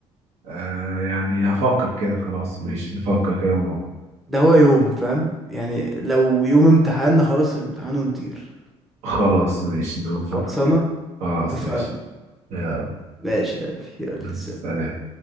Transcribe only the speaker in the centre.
ده هو يوم فاهم يعني لو يوم امتحان خلاص الامتحان ونطير
خلصانه
اتفقنا
ماشي يا قلبي يلا سلام.